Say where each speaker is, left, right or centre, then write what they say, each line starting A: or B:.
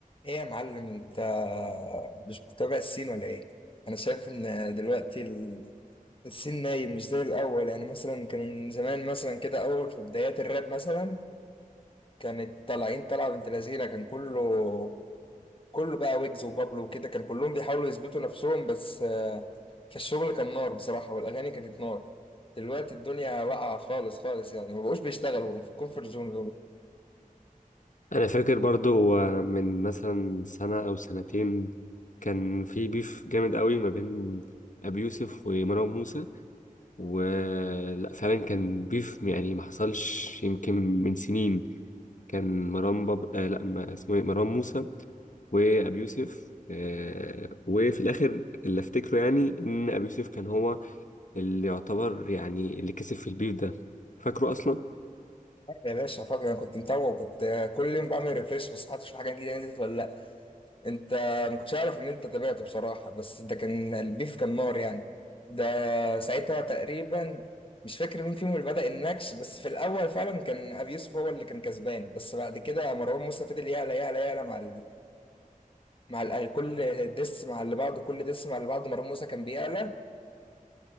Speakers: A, on the left; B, on the left.
A: ايه يا معلم انت مش متابع الصين ولا ايه انا شايف ان دلوقتي ال- الصين نايم مش زي الاول يعني مثلا كان زمان مثلا كده اول في بدايات الراب مثلا كانت طالعين طلعه بنت لذينه كان كله كله بقى ويجز وبابلو وكده كان كلهم بيحاولوا يثبتوا نفسهم بس آه، في الشغل كان نار بصراحه والاغاني كانت نار دلوقتي الدنيا واقعه خالص خالص يعني ما بقوش بيشتغلوا في الكونفرت زون
B: انا فاكر برضو آه، من مثلا سنة او سنتين كان في بيف جامد قوي ما بين ابي يوسف ومروان موسى ولا فعلا كان بيف يعني ما حصلش يمكن من سنين كان مروان باب آه لا ما اسمه إيه؟ مروان موسى وابي يوسف آه وفي الاخر اللي افتكره يعني ان ابي يوسف كان هو اللي يعتبر يعني اللي كسب في البيف ده فاكره اصلا
A: يا باشا فاكر انا كنت متابع وكنت آه، كل يوم بعمل ريفريش بس حتى اشوف حاجه جديده نزلت ولا لأ. انت ما كنتش عارف ان انت تابعته بصراحه بس ده كان البيف كان نار يعني ده ساعتها تقريبا مش فاكر مين فيهم اللي بدأ النكش بس في الاول فعلا كان ابي يوسف هو اللي كان كسبان بس بعد كده مروان موسى فضل يعلى يعلى يعلى مع ال... مع ال... كل ديس مع اللي بعده كل ديس مع اللي بعده مروان موسى كان بيعلى